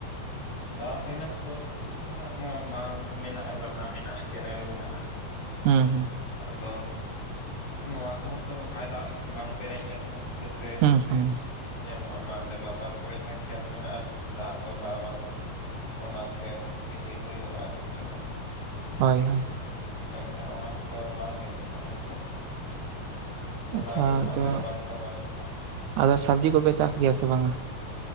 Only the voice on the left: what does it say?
ᱫᱟᱜ ᱨᱮᱱᱟᱜ ᱥᱳᱨᱥ ᱫᱚ ᱱᱟᱜ ᱱᱚᱣᱟ ᱵᱟᱸᱫᱷᱽ ᱢᱮᱱᱟᱜᱼᱟ ᱜᱟᱰᱟ ᱢᱮᱱᱟᱜᱼᱟ ᱠᱮᱱᱮᱞ ᱢᱮᱱᱟᱜᱼᱟ
ᱟᱫᱚ ᱱᱚᱣᱟ ᱠᱚ ᱦᱚᱸ ᱛᱚ ᱵᱟᱭ ᱫᱟᱜ ᱞᱮᱠᱷᱟᱱ ᱵᱟᱝ ᱯᱮᱨᱮᱡ ᱞᱮᱱ ᱠᱷᱟᱱ ᱪᱤᱠᱟᱹ ᱛᱮ
ᱧᱟᱢᱚᱜᱼᱟ ᱵᱟᱸᱫᱷᱽ ᱞᱟᱛᱟᱨ ᱠᱚᱨᱮ ᱡᱟᱦᱟᱸ ᱠᱷᱮᱛ ᱢᱮᱱᱟᱜᱼᱟ ᱡᱩᱫᱤ ᱫᱟᱜ ᱛᱚᱸᱵᱟᱜᱼᱟ ᱵᱟᱸᱫᱷ ᱨᱮ ᱚᱱᱟ ᱛᱮᱜᱮᱢ <unintelligible> ᱦᱩᱭᱩᱜᱼᱟ ᱠᱤᱪᱷᱩ ᱫᱚ
ᱢᱮᱱ ᱠᱷᱟᱱ ᱚᱱᱟ ᱦᱚᱸ ᱛᱚ ᱵᱟᱝ ᱦᱩᱭᱩᱜᱚᱜ ᱠᱟᱱᱟ ᱱᱤᱛᱚᱜ ᱢᱟ ᱛᱚᱸᱵᱟ
ᱜᱮ <unintelligible> ᱵᱟᱝᱫᱽ
ᱨᱮ ᱵᱟᱝ ᱛᱟᱸᱵᱟ ᱞᱮᱱ ᱠᱷᱟᱱ